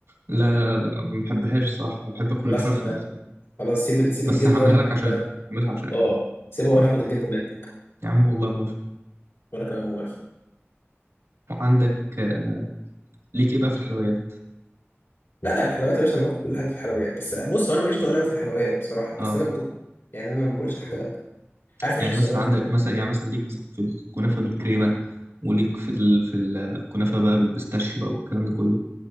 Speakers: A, on the right; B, on the left.
A: لا لا لا لا، ما بحبهاش صح انا بحب اكل
B: خلاص
A: الفرخه
B: يا عم
A: نفسها
B: خلاص سيب ال- سيب
A: بس
B: الجلد
A: هعملها
B: وانا
A: لك عشانك
B: أنا-
A: هعملها عشانك
B: اه سيبه وانا
A: اه
B: اخد الجلد منك
A: يا عم والله موافق
B: وانا كمان موافق
A: وعندك آه، ليك ايه بقى في الحلويات
B: لا الحلويات يا باشا انا باكل كل حاجه في الحلويات بس بص هو انا ماليش تقول قوي في الحلويات بصراحه
A: اه
B: بس انا باكل يعني انا ما بقولش الحاجه لا عارف ايش
A: يعني
B: الصراحه
A: مثلا عندك مثلا يعني مثلا ليك مثلا في الكنافه بالكريمه وليك في ال... في الكنافه بقى بالبيستاشيو بقى والكلام ده كله